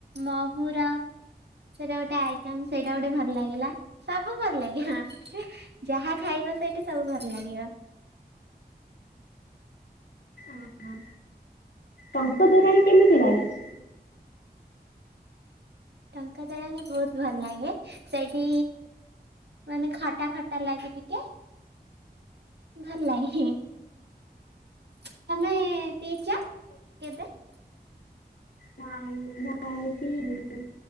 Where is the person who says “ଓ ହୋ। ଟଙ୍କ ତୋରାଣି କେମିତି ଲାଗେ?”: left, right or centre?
Left